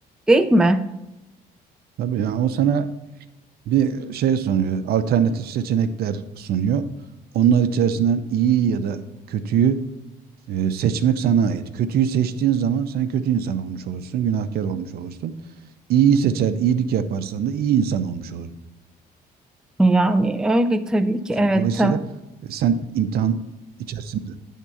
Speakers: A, in the centre; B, on the right.
A: Değil mi?
B: tabii yani o sana bir şey sunuyor, alternatif seçenekler sunuyor. Onlar içerisinden iyi ya da kötüyü e, seçmek sana ait. Kötüyü seçtiğin zaman sen kötü insan olmuş olursun, günahkar olmuş olursun. İyiyi seçer, iyilik yaparsan da iyi insan olmuş olursun.
A: Yani öyle tabii ki evet
B: Dolayısıyla
A: tabii.
B: e, sen imtihan içerisinde